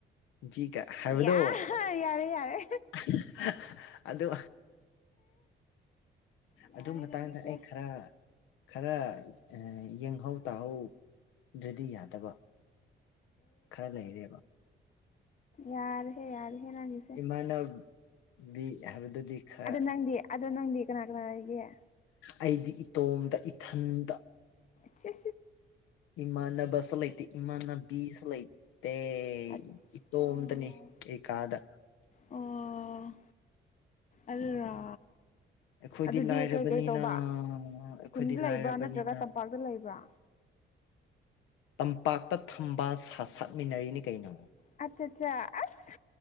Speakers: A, on the left; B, on the left.
A: ꯕꯤꯒ ꯍꯥꯏꯕꯗꯣ
B: ꯌꯥ ꯌꯥꯔꯦ ꯌꯥꯔꯦ
A: <unintelligible> ꯑꯗꯨ
B: ꯌꯥꯔꯦ
A: ꯑꯗꯨ ꯃꯇꯥꯡꯗ
B: ꯅꯪꯒꯤꯁꯦ
A: ꯑꯩ ꯈꯔ ꯈꯔ ꯑ ꯌꯦꯡꯍꯧ ꯇꯥꯍꯧꯗ꯭ꯔꯗꯤ ꯌꯥꯗꯕ ꯈꯔ ꯂꯩꯔꯦꯕ
B: ꯌꯥꯔꯍꯦ ꯌꯥꯔ‌ꯦꯍꯦ ꯅꯪꯒꯤ
A: ꯏꯃꯥꯟꯅꯞ ꯕꯤ ꯍꯥꯏꯕꯗꯨꯗꯤ ꯈꯔ
B: ꯑꯗꯨ ꯅꯪꯗꯤ ꯑꯗꯣ ꯅꯪꯗꯤ ꯀꯅꯥ ꯀꯅꯥ ꯂꯩꯒꯦ
A: ꯑꯩꯗꯤ ꯏꯇꯣꯝꯗ ꯏꯊꯟꯗ
B: ꯑ
A: ꯏꯃꯥꯟꯅ ꯁ ꯂ ꯏꯃꯥꯟꯅ ꯕꯤꯁ ꯂꯩ ꯑꯩ
B: ꯑꯣ
A: ꯏꯇꯣꯝꯇꯅꯤ ꯑꯩ ꯀꯥꯗ
B: ꯑꯣ ꯑꯜ꯭ꯔ
A: ꯑꯩꯈꯣꯏꯗꯤ
B: ꯑꯗꯨꯗꯤ
A: ꯂꯥꯏꯔꯕꯅꯤꯅ
B: ꯀꯩꯀꯩ ꯇꯧꯕ
A: ꯑꯩꯈꯣꯏꯗꯤ
B: ꯈꯨꯟꯗ ꯂꯩꯕ꯭ꯔꯥ
A: ꯂꯥꯏꯔꯕꯅꯤꯅ
B: ꯅꯠꯇ꯭ꯔꯒ ꯇꯝꯄꯥꯛꯇ ꯂꯩꯕ꯭ꯔꯥ
A: ꯇꯝꯄꯥꯛꯇ ꯊꯝꯕ ꯁꯥꯠꯃꯤꯟꯅꯔꯤꯅꯤ ꯀꯩꯅꯣ
B: ꯑꯠꯆꯆꯥ ꯑꯁ